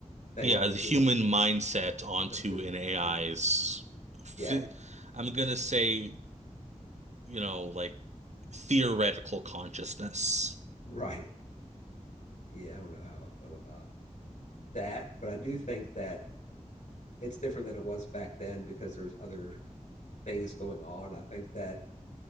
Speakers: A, on the left; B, on the right.
A: thing
B: Yeah,
A: onto
B: the human
A: a
B: mindset onto
A: onto
B: an
A: a machine.
B: AI's, phy-
A: Yeah,
B: I'm gonna say, you know, like theoretical consciousness.
A: right. Yeah, I don't know how I feel about that, but I do think that it's different than it was back then because there's other things going on. I think that